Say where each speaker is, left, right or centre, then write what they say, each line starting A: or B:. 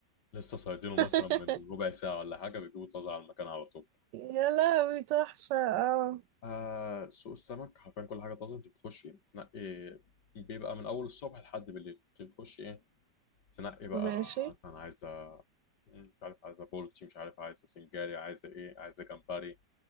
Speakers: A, on the left; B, on the right.
A: لسه صيادينه
B: <laughs>
A: مثلا من ربع ساعة ولا حاجة بيجيبوا طازة على المكان على طول
B: يا لهوي تحفه اه
A: آه سوق السمك حرفيا كل حاجة طازة انت بتخشي تنقي بيبقى من أول الصبح لحد بالليل انت بتخشي ايه تنقي بقى
B: ماشي
A: مثلا عايزة مش عارف عايزة بولتي مش عارف عايزة سنجاري عايزة ايه عايزة جمبري